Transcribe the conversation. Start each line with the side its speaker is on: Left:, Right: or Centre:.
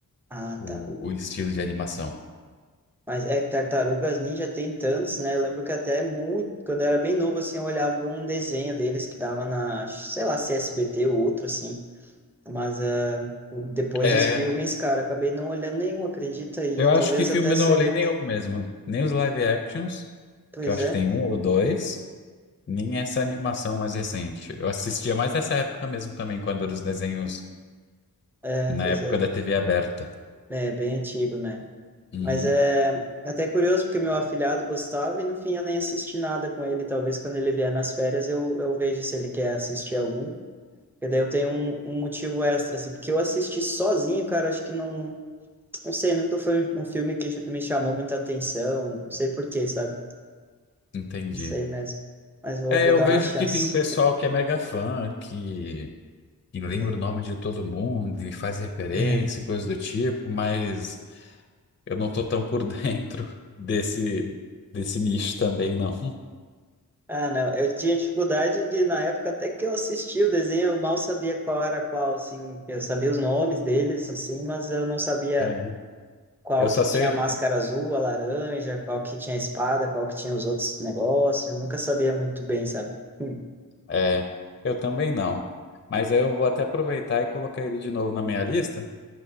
Centre: Ah,
Left: o,
Centre: tá.
Left: o estilo de animação.
Centre: Mas é que Tartarugas Ninja tem tantos, né? Eu lembro que até muito, quando eu era bem novo, assim, eu olhava um desenho deles que dava na, sei lá, se SBT ou outro, assim. Mas é, depois
Left: É,
Centre: os filmes, cara, acabei não olhando nenhum, acredita? E
Left: eu acho
Centre: talvez
Left: que filme
Centre: até sejam.
Left: eu não olhei nenhum mesmo, nem os live actions,
Centre: Pois
Left: que eu acho
Centre: é,
Left: que tem um ou dois, nem essa animação mais recente. Eu assistia mais nessa época mesmo também, quando eram os desenhos
Centre: é,
Left: na
Centre: pois
Left: época
Centre: é.
Left: da TV aberta.
Centre: É bem antigo, né?
Left: Uhum,
Centre: Mas eh, é até curioso porque meu afilhado gostava e no fim eu nem assisti nada com ele. Talvez quando ele vier nas férias eu, eu vejo se ele quer assistir algum. Porque daí eu tenho um, um motivo extra, assim. Porque eu assisti sozinho, cara, acho que não. Não sei, nunca foi um filme que me chamou muita atenção. Não sei por quê, sabe?
Left: entendi.
Centre: Não sei mesmo. Mas vou,
Left: É,
Centre: vou
Left: eu
Centre: dar
Left: vejo
Centre: uma chance.
Left: que tem um pessoal que é mega fã, que e lembra
Centre: né?
Left: o nome de todo mundo e faz referência,
Centre: <laughs>
Left: e coisa do tipo, mas eu não tô tão por <laughs> dentro desse, desse nicho também, não.
Centre: Ah, não. Eu tinha dificuldade de, na época, até que eu assisti o desenho, eu mal sabia qual era qual, assim. Eu sabia os nomes deles, assim, mas eu não sabia
Left: É.
Centre: qual
Left: Eu só
Centre: que
Left: sei.
Centre: tinha a máscara azul, a laranja, qual que tinha a espada, qual que tinha os outros negócios. Eu nunca sabia muito bem, sabe? Hum,
Left: É, eu também não. Mas eu vou até aproveitar e colocar ele de novo na minha lista